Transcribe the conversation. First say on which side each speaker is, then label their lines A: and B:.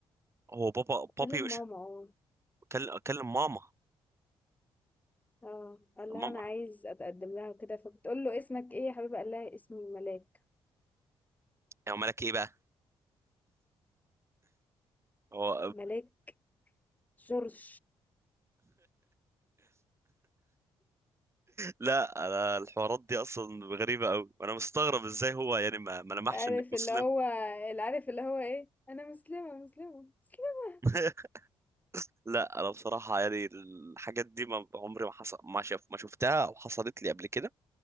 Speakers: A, on the right; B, on the left.
A: هو بابا
B: اكلم
A: بابي وش
B: ماما اه
A: كل- كلم ماما
B: اه قال لها
A: ماما
B: انا عايز اتقدم لها وكده فبتقول له اسمك ايه يا حبيبه قال لها اسمي ملاك
A: يا مالك إيه بقى هو
B: ملاك جورج
A: لا انا الحوارات دي اصلا غريبه قوي وانا مستغرب ازاي هو يعني ما, ما لمحش
B: عارف
A: انك مسلم
B: اللي هو اللي عارف اللي هو ايه انا مسلمه مسلمه مسلمه
A: <laughs> لا انا بصراحه يعني الحاجات دي ما عمري ما حصل ما شف ما شفتها او حصلت لي قبل كده